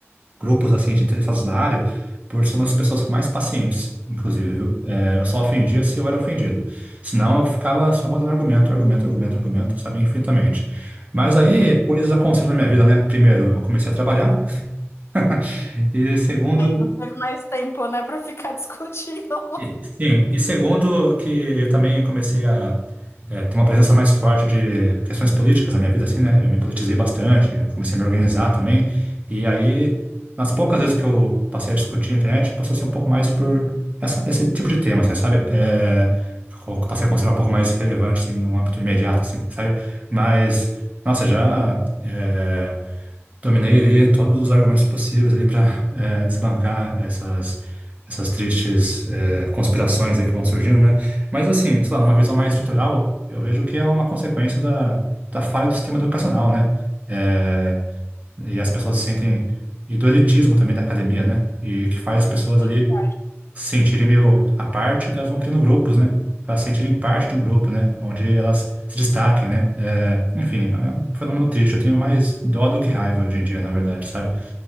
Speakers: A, on the right; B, on the left.
A: grupos assim de interessados na área por ser uma das pessoas mais pacientes, inclusive. viu? É, eu só ofendia se eu era ofendido. Senão eu ficava só mandando argumento, argumento, argumento, argumento, sabe, infinitamente. Mas aí, coisas aconteceram na minha vida, né? Primeiro, eu comecei a trabalhar <laughs> e segundo,
B: Não teve mais tempo, né, para ficar <laughs> discutindo.
A: E- Sim, e segundo que eu também comecei a eh, ter uma presença mais forte de questões políticas na minha vida, assim, né? Eu me politizei bastante, comecei a me organizar também, e aí, nas poucas vezes que eu passei a discutir na internet, passou a ser um pouco mais por essa, esse tipo de tema, assim, sabe? Eh, ficou- passei a considerar um pouco mais relevante, assim, no âmbito imediato, assim, sabe? Mas, nossa, já... é, Dominei ali todos os argumentos possíveis ali para desbancar essas essas tristes eh, conspirações aí que vão surgindo, né? Mas assim, sei lá, numa visão mais estrutural, eu vejo que é uma consequência da, da falha do sistema educacional, né? Eh, e as pessoas se sentem e do elitismo também da academia, né? E que faz as pessoas
B: Sim,
A: ali
B: verdade.
A: se sentirem meio à parte, elas vão criando grupos, né? Para se sentirem parte de um grupo, né? Onde elas se destaquem, né? É, enfim, é um fenômeno triste. Eu tenho mais dó do que raiva hoje em dia, na verdade, sabe?